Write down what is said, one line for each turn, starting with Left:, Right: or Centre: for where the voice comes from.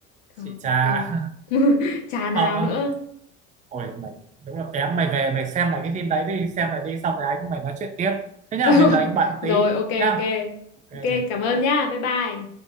Right: chị
Left: không
Right: Trà
Left: không
Right: <laughs>
Left: <laughs> chả nào
Right: không á
Left: nữa
Right: ôi mày đúng là kém mày về mày xem lại cái phim đấy đi xem lại đi xong rồi anh với mày nói chuyện tiếp thế nhá
Left: <laughs>
Right: bây giờ anh bận
Left: rồi
Right: tí
Left: ok ok
Right: nhá ok
Left: ok cảm ơn
Right: bye
Left: nhá bye bye